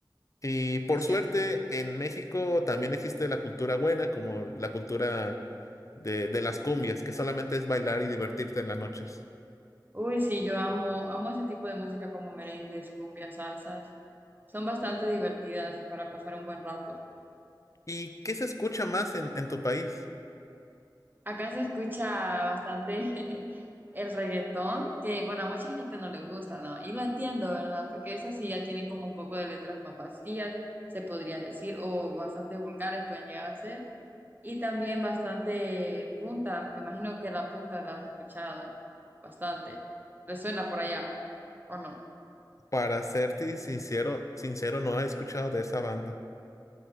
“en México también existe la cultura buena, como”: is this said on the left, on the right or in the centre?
Left